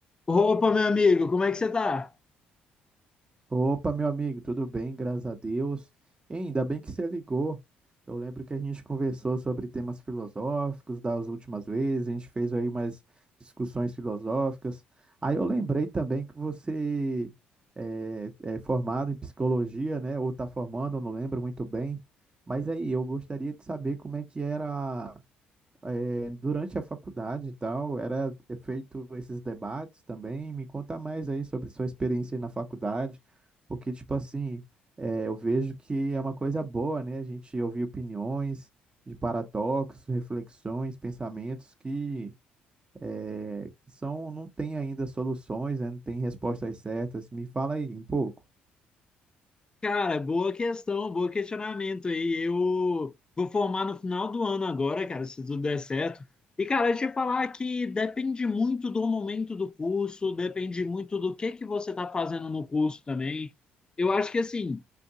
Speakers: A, on the left; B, on the right.
A: Opa, meu amigo, como é que você tá?
B: Opa, meu amigo, tudo bem? Graças a Deus. Hein, ainda bem que você ligou. Eu lembro que a gente conversou sobre temas filosóficos das últimas vezes, a gente fez aí umas discussões filosóficas. Aí eu lembrei também que você é, é formado em psicologia, né? Ou está formando, eu não lembro muito bem. Mas aí, eu gostaria de saber como é que era eh, durante a faculdade e tal, era é feito esses debates também. Me conta mais aí sobre sua experiência aí na faculdade, porque, tipo assim, eh, eu vejo que é uma coisa boa, né? A gente ouvir opiniões de paradoxos, reflexões, pensamentos que, eh, que são, não tem ainda soluções, né? Não tem respostas certas. Me fala aí um pouco.
A: Cara, boa questão, bom questionamento aí. Eu vou formar no final do ano agora, cara, se tudo der certo. E, cara, deixa eu te falar que depende muito do momento do curso, depende muito do que que você tá fazendo no curso também. Eu acho que, assim,